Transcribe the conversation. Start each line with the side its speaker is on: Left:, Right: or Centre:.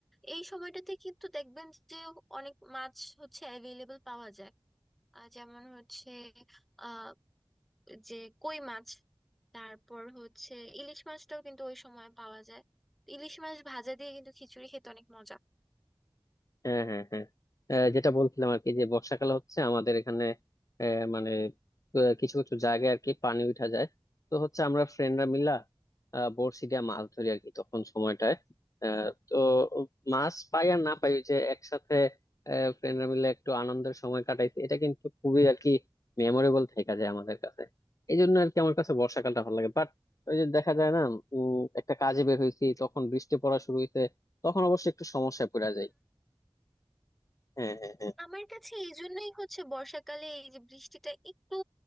Centre: এই সময়টাতে কিন্তু দেখবেন যে অনেক মাছ হচ্ছে অ্যাভেলেবল পাওয়া যায় আহ, যেমন হচ্ছে আহ যে কই মাছ তারপর হচ্ছে ইলিশ মাছটাও কিন্তু ওই সময় পাওয়া যায় ইলিশ মাছ ভাজা দিয়ে কিন্তু খিচুড়ি খেতে অনেক মজা
Left: হ্যাঁ হ্যাঁ হ্যাঁ আহ, যেটা বলছিলাম আর কি যে বর্ষাকালে হচ্ছে আমাদের এখানে আহ, মানে আহ, কিছু কিছু জায়গায় আর কি পানি উঠা যায় তো হচ্ছে আমরা ফ্রেন্ডরা মিলা আহ, বড়শি দিয়ে মাছ ধরি আর কি তখন সময়টায় আহ, তো মাছ পাই আর না পাই ওই যে একসাথে ফ্রেন্ডরা মিলে একটু আনন্দের সময় কাটাইছি এটা কিন্তু খুবই আর কি মেমোরেবল থেকে যায় আমাদের কাছে এই জন্য আর কি আমার কাছে বর্ষাকালটা ভালো লাগে বাট ওই যে দেখা যায় না উম একটা কাজে বের হয়েছি তখন বৃষ্টি পড়া শুরু হয়েছে তখন অবশ্য একটু সমস্যায় পড়ে যায় হ্যাঁ হ্যাঁ হ্যাঁ
Centre: আমার কাছে এই জন্যই হচ্ছে বর্ষাকালে এই যে বৃষ্টিটা একটু